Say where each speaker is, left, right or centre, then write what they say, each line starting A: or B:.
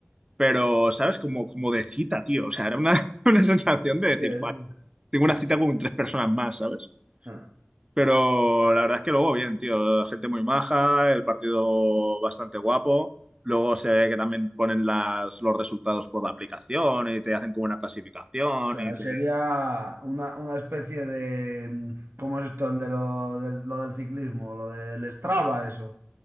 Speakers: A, on the right; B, on the right.
A: Pero, ¿sabes? Como, como de cita, tío. O sea, era una, <laughs> una sensación de decir,
B: sí,
A: vale,
B: sí,
A: tengo una cita con tres personas más, ¿sabes?
B: ah.
A: Pero la verdad es que luego bien, tío. Gente muy maja, el partido bastante guapo. Luego se ve que también ponen las, los resultados por la aplicación y te hacen como una clasificación
B: O sea,
A: y te
B: sería una, una especie de... mm, ¿Cómo es esto? El de lo del, lo del ciclismo, lo del Strava, eso.